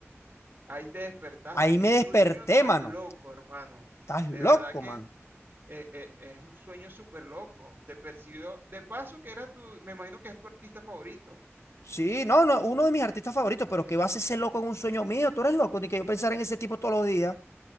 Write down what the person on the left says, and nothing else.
Ahí
me
desperté,
mano.
Estás
loco,
man.
Sí, no, no, uno de mis artistas favoritos, pero que va a ser ese loco en un sueño mío? Tú eres loco, ni que yo pensara en ese tipo todos los días.